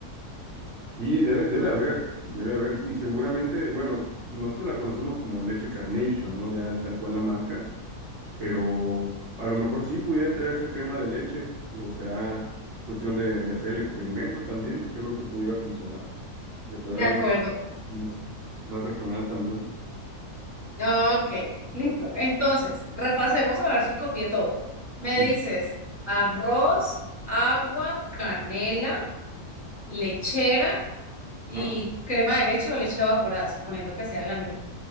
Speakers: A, on the right (about 55°); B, on the left (about 35°).
A: Sí, debe, debe haber, debe haber. Y seguramente, bueno, nosotros la conocemos como leche Carnation, ¿no? Ya tal cual la marca, pero a lo mejor sí pudiera entrar esa crema de leche, o será cuestión de, de hacer el experimento también. Yo creo que pudiera funcionar. Le podría
B: De acuerdo.
A: dar más, más regional también.
B: Ok, listo. Entonces, repasemos a ver si copié todo. Me
A: Ujú,
B: dices arroz, agua, canela, lechera.
A: Ajá.
B: y crema de leche o leche evaporada, suponiendo que sea la misma.